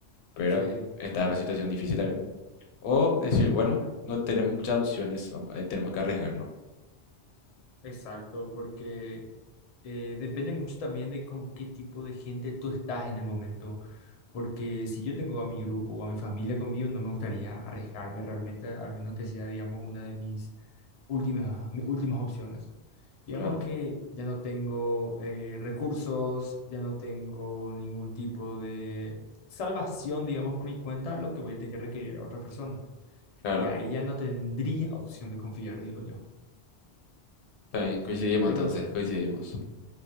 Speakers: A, on the left; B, on the left.
A: pero
B: sí,
A: esta es una situación difícil también. O decir, bueno,
B: sí.
A: no tenemos muchas opciones, vamos- ahí tenemos que arriesgarnos.
B: Exacto, porque eh, depende mucho también de con qué tipo de gente tú estás en el momento. Porque si yo tengo a mi grupo o a mi familia conmigo, no me gustaría arriesgarme realmente, al menos que sea, digamos, una de mis últimas, mis últimas opciones. Digamos
A: Claro,
B: que ya no tengo eh, recursos, ya no tengo ningún tipo de salvación, digamos, por mi cuenta, lo que voy a tener que requerir a otra persona.
A: claro,
B: Y a ella no tendría opción de confiar, digo yo.
A: está bien, coincidimos
B: Pero
A: entonces, coincidimos.